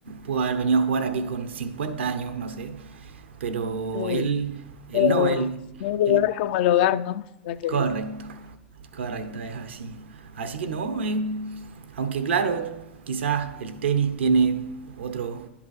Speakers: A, on the right; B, on the left.
A: pudo haber venido a jugar aquí con 50 años, no sé, pero
B: Sí,
A: él,
B: pero
A: él no, él,
B: no un lugar
A: él
B: como el hogar, ¿no? La que
A: correcto,
B: dice.
A: Correcto, es así. Así que no, eh, aunque claro, quizás el tenis tiene otro,